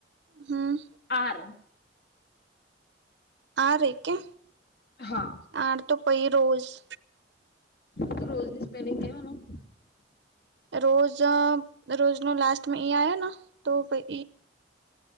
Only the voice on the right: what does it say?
હમ.
આ રે કે
આ તો પઈ રોજ. <unintelligible>
રોજ રોજ ને, લાસ્ટ મે એ આયો તો ભલે.